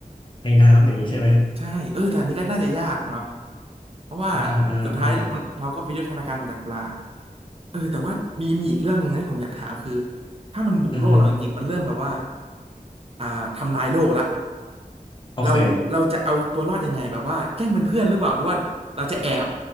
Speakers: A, on the left (about 35°); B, on the right (about 40°).
A: ในน้ำอย่างนี้ใช่ไหม
B: ใช่เออแต่อันนี้ก็น่าจะยากเนาะเพราะว่า
A: อ่าอ่าอ่า
B: สุดท้ายมันเราก็ไปยุทธนาการมาจากปลาเออแต่ว่ามีมีอีกเรื่องหนึ่งนะที่ผมอยากถามคือถ้ามันบุกโลกเราจริงๆมันเริ่มแบบว่า
A: อือฮึ
B: อ่าทำลายโลกละ
A: โอเค
B: เราเราจะเอาตัวรอดยังไงแบบว่าแกล้งเป็นเพื่อนหรือเปล่าหรือว่าเราจะแอบ